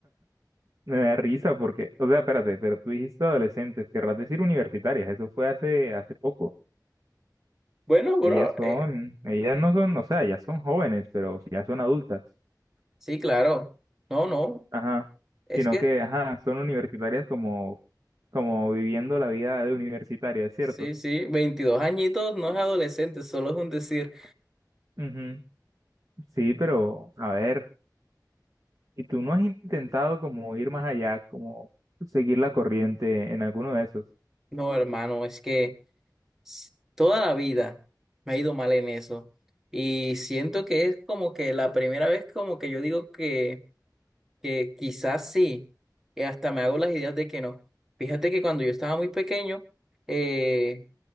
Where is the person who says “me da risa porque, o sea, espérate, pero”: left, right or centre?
Right